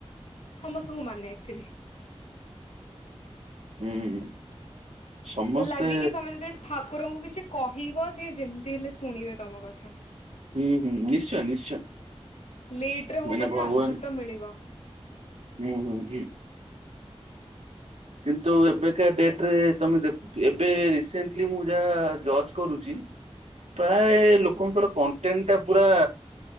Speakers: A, on the left; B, on the right.
A: ସମସ୍ତଙ୍କୁ ମାନେ ଆକ୍ଚୁଲି।
B: ହୁଁ। ସମସ୍ତେ
A: ଲାଗେକି ତମେ ଯଦି ଠାକୁରଙ୍କୁ କିଛି କହିବ ସିଏ ଯେମିତି ହେଲେ ଶୁଣିବେ ତମ କଥା।
B: ହୁଁ ହୁଁ ନିଶ୍ଚୟ ନିଶ୍ଚୟ।
A: ଲେଟ୍ ରେ ହଉ
B: ମାନେ
A: ପଛେ
B: ଭଗବାନ
A: ଆନ୍ସର ତ ମିଳିବ।
B: ହୁଁ ହୁଁ ହୁଁ। କିନ୍ତୁ ଏବେକା ଡେଟରେ ତମେ ଦେଖୁଥି ଏବେ ରିସେଣ୍ଟଲି ମୁଁ ଯାହା ଜଜ କରୁଚି ପ୍ରାୟ ଲୋକଙ୍କର କଣ୍ଟେନ୍ ଟା ପୁରା